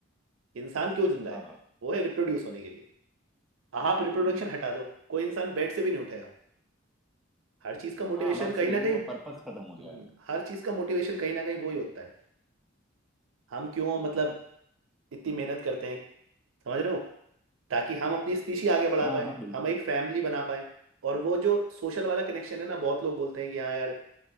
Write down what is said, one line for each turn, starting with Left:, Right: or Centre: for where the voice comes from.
Right: इंसान क्यों जिंदा
Centre: हाँ
Right: है
Centre: हाँ
Right: वो है रिप्रोड्यूस होने के लिए आप रिप्रोडक्शन
Centre: हम्म।
Right: हटा दो कोई इंसान बेड से भी नहीं उठेगा हर चीज का मोटिवेशन
Centre: हाँ बात
Right: कहीं
Centre: सही
Right: ना
Centre: है
Right: कहीं
Centre: वो पर्पस
Right: हम्म,
Centre: खत्म हो जाएगा
Right: हर चीज का मोटिवेशन कहीं ना कहीं वो ही होता है हम क्यों मतलब इतनी मेहनत करते हैं समझ रहे हो ताकि हम अपनी स्पीशी आगे बढ़ा
Centre: हाँ
Right: पाए
Centre: हाँ बिल्कुल
Right: हम एक फैमिली बना पाए और वो जो सोशल वाला कनेक्शन है ना बहुत लोग बोलते हैं कि हाँ यार